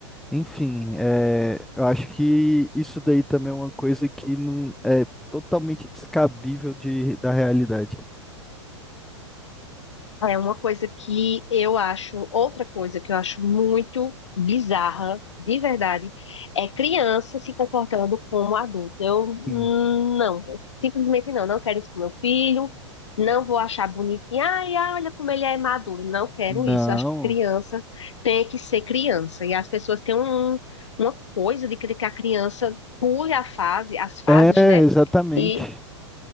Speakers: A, in the centre; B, on the left.
A: Enfim, é, eu acho que isso daí também é uma coisa que não é totalmente descabível de, da realidade.
B: É uma coisa que eu acho, outra coisa que eu acho muito bizarra, de verdade, é criança se comportando como adulto. Eu
A: Sim.
B: hum, não, simplesmente não, não quero isso pro meu filho, não vou achar bonitinho, ai, ai, olha como ele é maduro, não quero
A: Não.
B: isso. Eu acho que criança tem que ser criança. E as pessoas têm um- uma coisa de querer que a criança pule a fase, as fases,
A: É,
B: né?
A: exatamente.
B: E